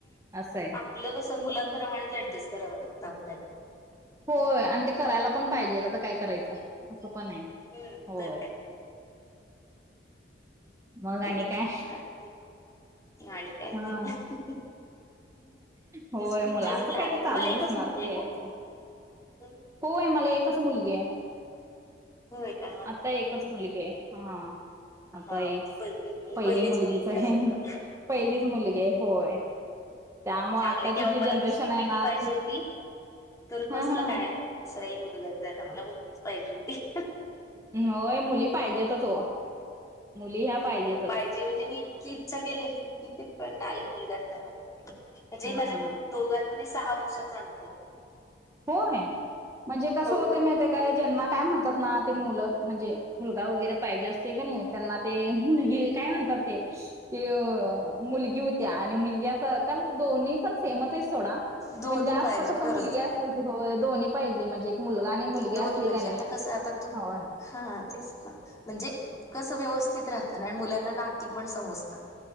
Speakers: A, on the right (about 15°); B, on the left (about 20°).
A: अस आहे
B: आपल कस मुलांप्रमाणेच ऍडजस्ट कराव लागत आपल्याला
A: होय आणि ते करायला पण पाहिजेच आता काय करायच अस पण आहे
B: बर
A: होय
B: तर काय काय
A: मग
B: तेच
A: आणि काय
B: मग म्हणलं आणि काय
A: हा
B: नाही
A: होय
B: जशी तुमच्या
A: मुलांच
B: जर लहान
A: काय
B: आहे
A: ते
B: तुम्हाला
A: चालुच
B: एकच
A: असणार
B: मुलगी
A: खेळायच
B: आहे का
A: होय मला एकच मुलगी आहे
B: होय का हा
A: आता
B: हा
A: एकच मुलगी आहे हां आता
B: हा
A: हेच
B: पहिली
A: पहिली
B: पहिलीच
A: मुलगीच
B: मुलगी
A: आहे
B: अजून काय
A: पहिलीच मुलगी आहे होय त्यामुळे
B: चांगल
A: आताची
B: आहे की अहो
A: जी
B: मला
A: जनरेशन
B: दुसरी मुलगी
A: आहे ना
B: पाहिजे
A: ती-
B: होती तर कसल
A: हा हा
B: काय दुसराही मुलगाच झाला मला मुलगीच पाहिजे होती
A: होय मुली पाहिजेतच हो मुली ह्या
B: बघा
A: पाहिजेतच
B: पाहिजे म्हणजे मी इतकी इच्छा केले की पण नाही मुलगाच झाला जे
A: हा
B: माझ्या
A: हा
B: मम्मी दोघांमध्ये सहा वर्षाच अंतर आहे
A: होय म्हणजे कस
B: हो
A: होते माहित आहे काय काय ज्यांना काय म्हणतात ना ते मुल म्हणजे मुलगा वगैरे पाहिजे असते का नाही त्यांना ते मुलगी
B: हम्म
A: काय म्हणतात ते ते मुलगी होत्या आणि मुलगी अस कारण दोन्ही पण सेमच आहे सोडा
B: दोन्ही
A: पण जास्त
B: पाहिजे
A: कस
B: खरंच
A: मुलगी अस होय दोन्ही पाहिजे म्हणजे एक मुलगा आणि मुलगी
B: दोन्ही
A: असली
B: पाहिजे
A: कानी
B: आता कसं आता तू
A: होय
B: हा तेच ना म्हणजे कस व्यवस्थित राहत ना आणि मुला ना नाती पण समजतात